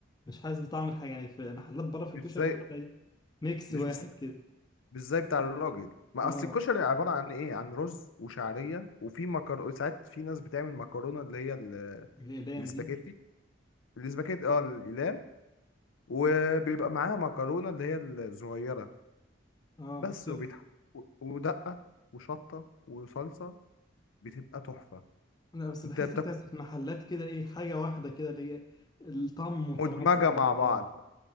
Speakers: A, on the left; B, on the left.
A: مش حاسس بطعم الحاجة يعني في محلات بره في الكشري
B: مش زي
A: بحس إيه، ميكس
B: مش
A: واحد
B: بس
A: كده
B: مش زي بتاع الراجل ما
A: اه
B: اصل الكشري عباره عن ايه عن رز وشعريه وفي مكرونه ساعات في ناس بتعمل مكرونه اللي هي ال-
A: الأقلام
B: الاسباجيتي
A: دي
B: الاسباجيتي اه الاقلام وبيبقى معاها مكرونه اللي هي الصغيره
A: اه
B: بس
A: بس
B: وبيتح... و- ودقة وشطة وصلصة بتبقى تحفة
A: لا بس بحس
B: انت بتاكل
A: بتاعت المحلات كده ايه حاجة واحدة كده اللي هي الطعم متناسق
B: مدمجة
A: مع
B: مع بعض
A: بعض